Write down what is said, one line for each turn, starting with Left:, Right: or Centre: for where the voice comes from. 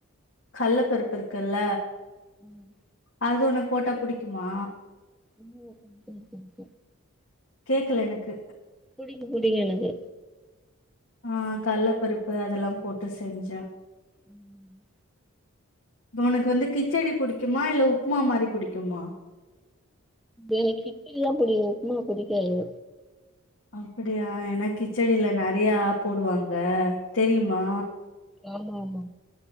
Left: கட்லப்பருப்பு இருக் க்குல்ல
Centre: ம்
Left: அது ஒனக்கு போட்டா புடிக்குமா
Centre: ம் <unintelligible>
Left: கேக்கல எனக்கு
Centre: புடிக்கு புடிக்கு எனக்கு
Left: அ கட்லப்பருப்பு அதெல்லா போட்டு செஞ்சே
Centre: ம்
Left: இப்ப ஒனக்கு வந்து கிச்சடி புடிக்குமா இல்ல உப்மா மாரி புடிக்குமா
Centre: எனக்கு கிச்சடி தா புடிக்கு உப்மா புடிக்காது
Left: அப்புடியா ஏன்னா கிச்சடில நெறயா போடுவாங்க தெரியுமா
Centre: ஆமா ஆமா